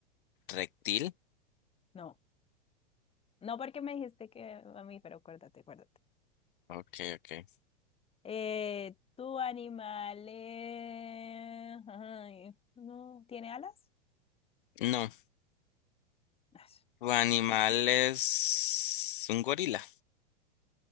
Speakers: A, on the left; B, on the left.
A: reptil?
B: no. No porque me dijiste que a mí, pero acuérdate, acuérdate.
A: Ok, ok.
B: Eh, tu animal eh, ay, no tiene alas?
A: No.
B: Ay,
A: ¿Tu animal es un gorila?